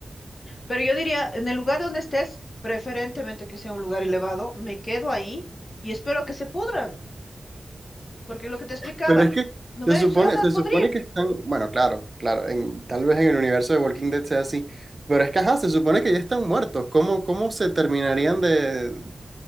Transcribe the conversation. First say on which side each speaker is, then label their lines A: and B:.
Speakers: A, on the left; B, on the right.
A: Pero yo diría, en el lugar donde estés, preferentemente que sea un lugar elevado, me quedo ahí y espero que se pudran, porque lo que te explicaba,
B: Pero es que
A: no
B: se
A: me,
B: supone,
A: se van a
B: se
A: podrir.
B: supone que están, bueno, claro, claro, en- tal vez en el universo de Walking Dead sea así, pero es que, ajá, se supone que ya están muertos. ¿Cómo, cómo se terminarían de,